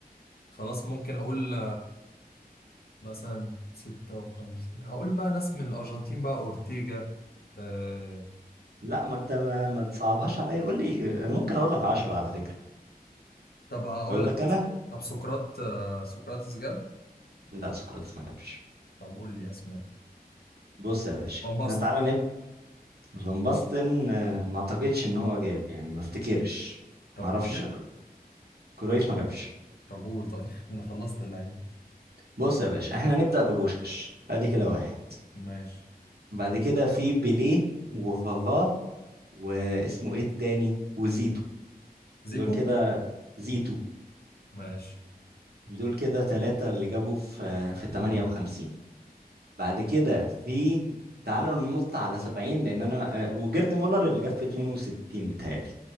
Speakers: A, on the left; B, on the right.
A: خلاص ممكن اقول مثلا 56 هقول بقى ناس من الارجنتين بقى اورتيجا آه...
B: لا ما انت ما, ما تصعبهاش عليا قول لي انا ممكن اقول لك 10 على فكرة
A: طب هقول
B: اقول
A: لك
B: لك
A: أس-
B: انا
A: طب سقراط آه... سقراطس جاب
B: لا سقراطس ما جابش
A: طب قول لي اسماء
B: بص يا باشا
A: فان باستن
B: احنا تعالى فان باستن آه، ما اعتقدش ان هو جاب يعني ما افتكرش
A: طب
B: ما اعرفش
A: كرويف
B: كرويف ما جابش
A: طب قول طيب <laughs> انا خلصت اللعيبه
B: بص يا باشا احنا هنبدأ ببوشكاش ادي كده واحد
A: ماشي
B: بعد كده في بيليه وفافا واسمه ايه التاني وزيتو
A: زيكو
B: دول كده زيتو
A: ماشي
B: دول كده ثلاثة اللي جابوا في في 58 بعد كده في تعالوا ننط على 70 لان انا آه، وجيرد مولر اللي جاب في 62 متهيألي